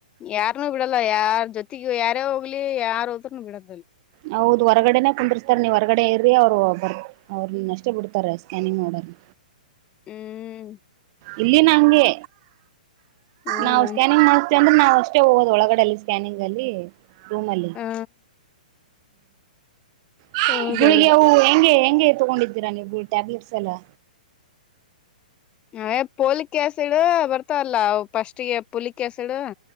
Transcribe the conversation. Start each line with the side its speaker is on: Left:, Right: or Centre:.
Left: ಯಾರನು ಬಿಡಲ್ಲ ಯಾರ ಜೊತೆಗು ಯಾರೇ ಹೋಗ್ಲಿ ಯಾರ ಹೋದ್ರನು ಬಿಡದಿಲ್ಲ.
Right: ಹೌದು ಹೊರಗಡೆನೇ ಕುದರ್ಸ್ತಾರ ನೀವ ಹೊರಗಡೆ ಇರ್ರಿ ಅವ್ರು ಬರ. ಅವರು ನಷ್ಟ ಬಿಡ್ತಾರೆ ಸ್ಕ್ಯಾನಿಂಗ್ ಮಾಡೋರ್ನ.
Left: ಹ್ಮ್
Right: ಇಲ್ಲಿನ ಹಂಗೆ.
Left: ಹೌದ
Right: ನಾವು ಸ್ಕ್ಯಾನಿಂಗ್ ಮಾಡವಿ ಅಂದ್ರೆ ನಾವು ಅಷ್ಟೇ ಹೋಗೋದು ಒಳಗಡೆಲ್ಲಿ ಸ್ಕ್ಯಾನಿಂಗ್ ಅಲ್ಲಿ ರೂಮಲ್ಲಿ.
Left: ಹಾ
Right: ಹು
Left: ಹೌದೌದು
Right: ಗುಳಿಗೆ ಅವು ಹೆಂಗೆ ಹೆಂಗೆ ತಗೊಂಡಿದ್ದೀರಾ ನೀವು ಟ್ಯಾಬ್ಲೆಟ್ಸ್ ಎಲ್ಲಾ.
Left: ಅಯ್ ಪೋಲಿಕ ಆಸಿಡ್ ಬರ್ತಾವಲ್ಲ ಅವ ಫಸ್ಟ್ಗೆ ಪುಲಿಕ ಆಸಿಡ್.